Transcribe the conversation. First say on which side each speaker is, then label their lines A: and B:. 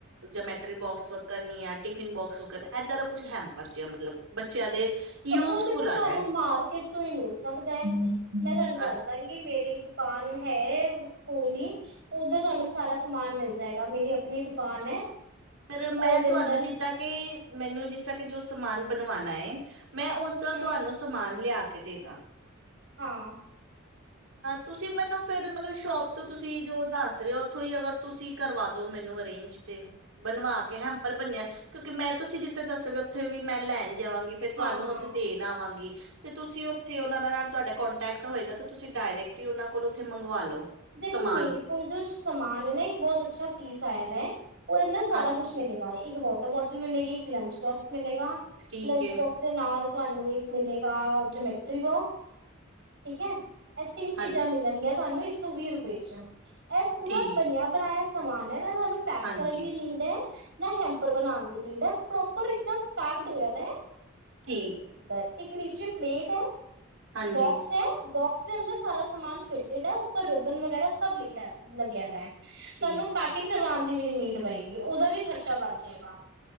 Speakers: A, on the right; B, on the right.
A: ਜਮੈਟਰੀ ਬੋਕਸ ਵੱਕਨ ਆ ਟਿਫਿਨ ਬੋਕਸ ਵੱਕਨ ਏਦਾਂ ਦਾ ਕੁੱਛ ਹੈਂਪਰ ਜਿਆ ਮਤਲਬ। ਬੱਚਿਆਂ ਦੇ
B: ਅੱਛਾ
A: ਯੂਜਫੁਲ
B: ਉਹ ਤੇ ਫਿਰ
A: ਆ
B: ਤੁਹਾਨੂੰ
A: ਜਾਏ
B: ਮਾਰਕਿਟ ਤੋਂ ਹੀ ਮਿਲ ਸਕਦਾ ਹੈ ਮੈਂ ਤੁਹਾਨੂੰ ਦੱਸ
A: ਅ-
B: ਦਾਂਗੀ ਮੇਰੀ ਦੁਕਾਨ ਹੈ ਹੋਲੀ ਉੱਧਰ ਤੁਹਾਨੂੰ ਸਾਰਾ ਸਮਾਨ ਮਿਲਦਾ ਜਾਏਗਾ ਮੇਰੀ ਆਪਣੀ ਦੁਕਾਨ ਹੈ।
A: ਪਰ ਮੈਂ
B: ਉਹਦੇ
A: ਤੁਹਾਨੂੰ
B: ਅੰਦਰ
A: ਜਿੱਦਾਂ ਕਿ ਮੈਨੂੰ ਜਿਸਦਾਂ ਕਿ ਜੋ ਸਮ ਸਮਾਨ ਬਣਵਾਨਣਾ ਹੈ ਮੈਂ ਉਸਦਾ
B: ਹਮ
A: ਤੁਹਾਨੂੰ ਸਮਾਨ ਲਿਆ ਕਦੇ ਤਾਂ।
B: ਹਾਂ।
A: ਤੁਸੀਂ ਮੈਨੂੰ ਫਿਰ ਮਤਲਬ ਸ਼ੋਪ ਤੋਂ ਤੁਸੀਂ ਜੋ ਦੱਸ ਰਹੇ ਹੋ ਉਥੋਂ ਹੀ ਅਗਰ ਤੁਸੀਂ ਕਰਵਾ ਦੋ ਮੈਨੂੰ ਅਰੇਂਜ ਤੇ। ਬਣਵਾ ਕੇ ਹੈਂਪਰ ਬਨਿਆ ਕਿਉਂਕਿ ਮੈਂ ਤੁਸੀਂ ਜਿੱਥੇ ਦੱਸੋਗੇ ਉੱਥੇ ਵੀ ਮੈਂ ਲੈਣ ਜਾਵਾਂਗੇ ਫੇਰ ਤੁਹਾਨੂੰ
B: ਹਾਂ ਹਾਂ
A: ਉੱਥੇ ਦੇਣ ਆਵਾਂਗੀ। ਤੇ ਤੁਸੀਂ ਉੱਥੇ ਉਹਨਾਂ ਦੇ ਨਾਲ ਤੁਹਾਡਾ ਕੋਂਟੈਕਟ ਹੋਏਗਾ ਤੇ ਤੁਸੀਂ ਡਾਇਰੈਕਟ ਹੀ ਉਹਨਾਂ ਕੋਲ ਉੱਥੇ ਮੰਗਵਾ ਲੋ।
B: ਦੇਖੋ
A: ਸਮਾਨ
B: ਮੇਰੇ ਕੋਲ ਜੋ ਸਮਾਨ ਹੈ ਨਾ ਇੱਕ ਬਹੁਤ ਅੱਛਾ ਪੀਸ ਆਇਆ ਦਾ ਹੈ। ਉਹਦੇ ਨਾਲ ਸਾਰਾ
A: ਹਾਂਜੀ
B: ਕੁਛ ਮਿਲੇਗਾ ਇੱਕ ਬਹੁਤ ਬੋਟਲ ਮਿਲੇਗੀ ਇੱਕ ਲੰਚ ਬੋਕਸ ਮਿਲੇਗਾ।
A: ਠੀਕ
B: ਲੰਚ
A: ਹੈ
B: ਬੋਕਸ ਦੇ ਨਾਲ ਤੁਹਾਨੂੰ ਇੱਕ ਮਿਲੇਗਾ ਜਮੈਟਰੀ ਬੋਕਸ। ਠੀਕ ਹੈ ਇਹ ਤਿੰਨ ਚੀਜ਼ਾਂ
A: ਹਾਂਜੀ
B: ਮਿਲਣਗੀਆਂ ਤੁਹਾਨੂੰ ਇੱਕ ਸੌ ਵੀਹ ਰੁਪਏ ਚ। ਇਹ ਪੂਰਾ
A: ਠੀਕ
B: ਬਣਿਆ ਬਣਾਇਆ ਸਮਾਨ ਏ ਸਾਨੂੰ ਪੈਕ
A: ਹਾਂਜੀ
B: ਕਰਨ ਦੀ ਨੀਡ ਹੈ, ਨਾ ਹੈਂਪਰ ਬਣਾਉਣ ਦੀ ਨੀਡ ਹੈ। ਪ੍ਰੋਪਰ ਇੱਕਦਮ ਪੈਕਡ ਹੋ ਜਾਂਦਾ।
A: ਠੀਕ
B: <inaudible> ਇੱਕ ਨੀਚੇ ਪਲੇਟ ਹੈ।
A: ਹਾਂਜੀ
B: ਬੋਕਸ ਹੈ ਬਕ ਇਸਦੇ ਅੰਦਰ ਸਾਰਾ ਸਮਾਨ ਫਿਟਿਡ ਆ। ਪਰ ਰੱਬਨ ਵਗੈਰਾ ਸਭ ਲਿਖਿਆ ਲਗਿਆ ਤੁਹਾਨੂੰ
A: ਠੀਕ
B: ਪੈਕਿੰਗ
A: ਹੈ।
B: ਕਰਵਾਣ ਦੀ ਵੀ ਨੀਡ ਪਏਗੀ ਉਹਦਾ ਵੀ ਖਰਚਾ ਵੱਧ ਜਾਏਗਾ।